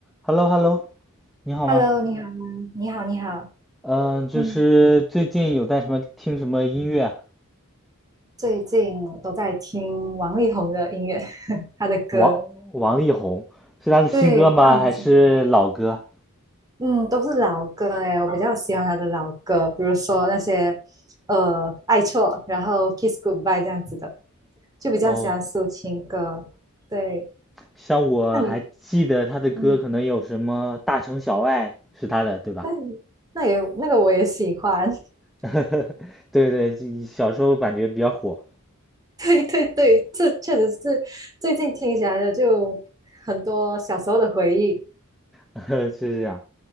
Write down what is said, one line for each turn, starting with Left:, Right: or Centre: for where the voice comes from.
Centre: h e l l o h e l l o 你好吗？
Right: Hello，你好吗你好，你好。
Centre: 嗯，就是最近有在什么听什么音乐啊
Right: 嗯，最近我都在听王力宏的音乐，<laughs> 他的歌。
Centre: 王王力宏是他的新歌吗？
Right: 对，不知道你喜欢？
Centre: 还是老歌？
Right: 嗯，都是老歌诶，我比较喜欢他的老歌，比如说那些呃《爱错》，然后《Kiss Goodbye》这样子的，就比较喜欢抒情歌。
Centre: 哦，
Right: 对，
Centre: 像我还记得他的歌，
Right: 那你，嗯，
Centre: 可能有什么《大城小爱》是他的，对吧？
Right: 那你那也那个我也喜欢。<laughs>
Centre: <laughs> 对对，这小时候感觉比较火，
Right: 对对对，这确实是最近听起来的就很多小时候的回忆。
Centre: <laughs> 是这样。